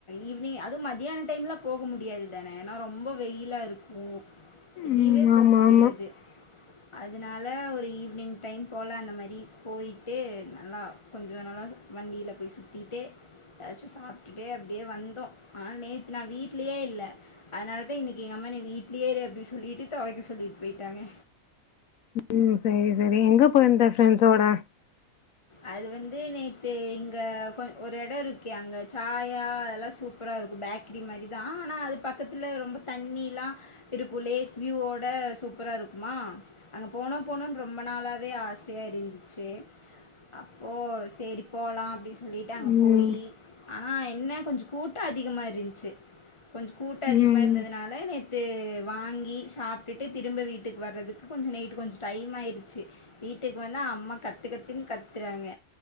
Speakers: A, on the left; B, on the left.
A: ஈவினிங் அதும் மத்யான டைம்ல போக முடியாது தானே ஏன்னா ரொம்ப வெயிலா இருக்கு
B: ம்.
A: வெளியவே போக
B: ஆமா,
A: முடியாது
B: ஆமா.
A: அதனால ஒரு ஈவினிங் டைம் போல அந்த மாறி போய்டு நல்லா கொஞ்சோ நல்லா வண்டியில போய் சுத்திட்டு ஏதாச்சு சாப்டுட்டு அப்டியே வந்தோ ஆனா நேத்து நா வீட்லயே இல்ல அதனால தா இன்னைக்கி எங்க அம்மா நீ வீ்ட்லயே இருஅப்டி சொல்லிட்டு தொவைக்க சொல்லிட்டு பேயிட்டாங்க
B: ம் செரி செரி எங்க போயிருந்த ஃப்ரெண்ட்ஸோட
A: அது வந்து நேத்து இங்க கொஞ் ஒரு இடோ இருக்கு அங்க சாயா அதெல்லா சூப் பறா இருக்கு பேக்ரி மாறி தா ஆனா அது பக்கத்துல ரொம்ப தண்ணில்லா இருக்கு லேக் விவோட சூப்பரா இருக்குமா அங்க போனோ போனுனு ரொம்ப நாளாவே ஆசையா இருந்துச்சு அப்போ செரி போலா அப்டின்னு சொல்லிட்டு அங்க
B: ம்.
A: போயி ஆனா என்ன கொஞ்சோ கூட்டோ அதிகமா இருந்துச்சு கொஞ்ச கூட்டோ அதிகமாக
B: ம்.
A: இருந்ததுனால நேத்து வாங்கி சாப்டுட்டு திரும்ப வீட்டுக்கு வர்றதுக் கொஞ்ச நைட்டு் கொஞ்ச டைம் ஆயிறுச்சு வீட்டுக்கு வந்து அம்மா கத்து கத்துன்னு கத் த்துறாங்க